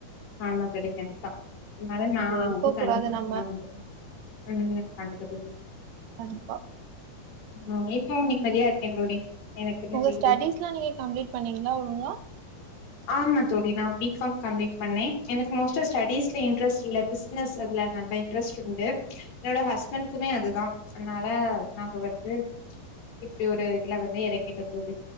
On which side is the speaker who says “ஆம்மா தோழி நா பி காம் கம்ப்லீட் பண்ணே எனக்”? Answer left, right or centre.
Left